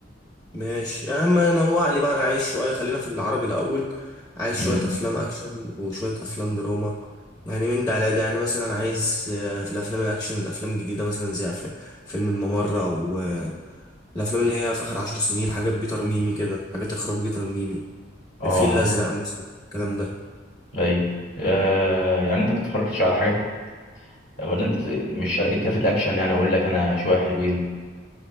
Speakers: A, on the left; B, on the left.
A: ماشي يا عم نوع لي بقى انا عايز شويه خلينا في العربي الاول عايز شويه
B: امم
A: افلام اكشن وشويه افلام دراما يعني من ده على ده يعني مثلا عايز آه، في الافلام الاكشن افلام جديده مثلا زي افلام فيلم الممر او آه، الافلام اللي هي في اخر عشر سنين حاجات بيتر ميمي كده حاجات اخراج بيتر ميمي
B: اه
A: الفيل الازرق مثلا الكلام ده
B: ايوه آه يعني انت ما بتتفرجش على حاجات ولا انت مش قد كده في الاكشن يعني اقول لك انا شويه حلوين